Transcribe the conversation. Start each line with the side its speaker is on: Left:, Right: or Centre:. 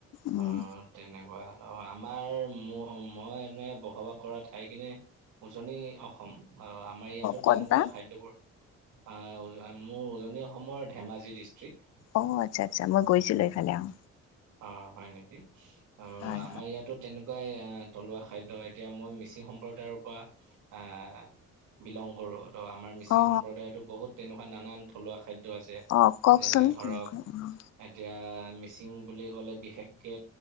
Left: উম
Right: অ তেনেকুৱা হল আৰু আ আমাৰ ম মই এনে বসবাস কৰা ঠাই খিনি উজনি অসম অ আমাৰ ইয়াতো
Left: ক'ত
Right: তেনেকুৱা
Left: বা
Right: খাদ্যবোৰ আ উ মোৰ উজনি অসমৰ ধেমাজি ডিষ্ট্ৰিক্ট
Left: অ আচ্ছা আচ্ছা মই গৈছিলো এইফালে অহ
Right: অ হয় নিকি অ
Left: হয়
Right: আমাৰ ইয়াতো তেনেকুৱাই আ থলুৱা খাদ্য এতিয়া মই মিচিং সম্প্ৰদায়ৰ পৰা আ বিলং কৰোঁ ত আমাৰ মিচিং
Left: অ
Right: সম্প্ৰদায়তো বহুত তেনেকুৱা নানান থলুৱা খাদ্য টো আছে
Left: অ কওকচোন
Right: যেনে ধৰক
Left: কেনেকুৱা অ
Right: এতিয়া মিচিং বুলি ক'লে বিশেষকে